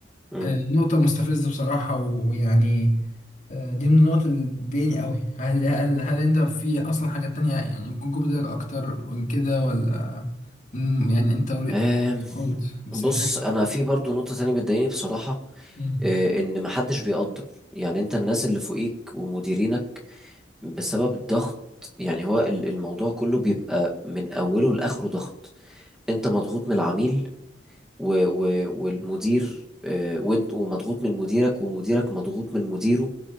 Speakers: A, in the centre; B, on the left.
A: مم.
B: آه، نقطه مستفزه بصراحه ويعني آه، دي من النقط اللي بتضايقني قوي هل, هل هل انت في اصلا حاجات تانية يعني ممكن يكون بدألك اكتر من كده ولا مم، يعني انت
A: آم،
B: قلت بس
A: بص
B: في حاجه
A: انا في برضو نقطة تانية بتضايقني بصراحة
B: مم.
A: آه، ان محدش بيقدر يعني انت الناس اللي فوقيك ومديرينك بسبب الضغط يعني هو ال- الموضوع كله بيبقى من أوله لآخره ضغط أنت مضغوط من العميل و و والمدير آه، وانت ومضغوط من مديرك ومديرك مضغوط من مديره